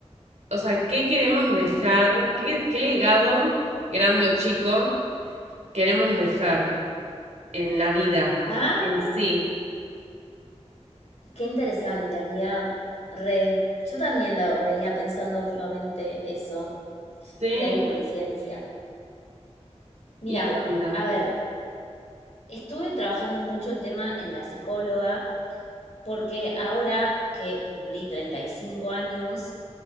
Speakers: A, on the right; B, on the left.
A: o sea, ¿qué queremos dejar? ¿Qué, qué legado, grande o chico, queremos dejar en la vida
B: Ah,
A: en sí?
B: qué interesante, amiga. Re, yo también lo venía pensando últimamente eso.
A: Sí.
B: Mira qué coincidencia. Mira,
A: ¿Y qué onda?
B: a ver, estuve trabajando mucho el tema en la psicóloga porque ahora que cumplí 35 años,